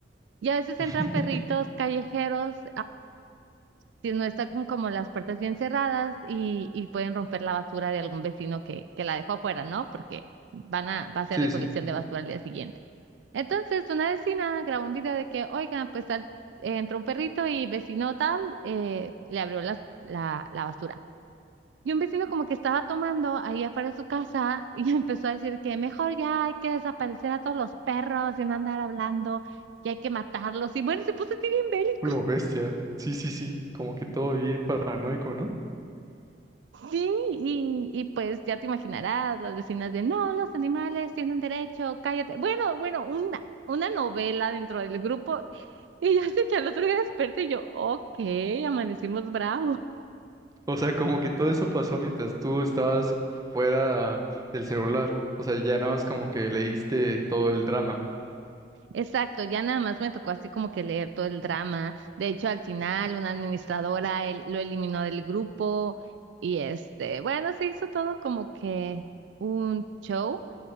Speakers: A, on the right; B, on the right.
A: y a veces
B: <laughs>
A: entran perritos callejeros, si no está con- como las puertas bien cerradas y, y pueden romper la basura de algún vecino que, que la dejó afuera, ¿no? Porque van a, va a hacer
B: Sí,
A: recolección
B: sí.
A: de basura al día siguiente. Entonces, una vecina grabó un video de que, oigan, pues tal, eh, entró un perrito y vecino tal eh, le abrió las- la, la basura. Y un vecino como que estaba tomando ahí afuera de su casa y <laughs> empezó a decir que mejor ya hay que desaparecer a todos los perros y no andar hablando y hay que matarlos. Y bueno, se puso así bien bélico.
B: Lo bestia. Sí, sí, sí. Como que todo bien paranoico, ¿no?
A: Sí, y, y pues ya te imaginarás, las vecinas de, no, los animales tienen derecho, cállate. Bueno, bueno, una, una novela dentro del grupo. Y ya sé que al otro día desperté y yo, ok, amanecimos bravos.
B: O sea, como que todo eso pasó mientras tú estabas fuera del celular. O sea, ya nada más como que leíste todo el drama.
A: Exacto, ya nada más me tocó así como que leer todo el drama. De hecho, al final una administradora él- lo eliminó del grupo y este, bueno, se hizo todo como que un show.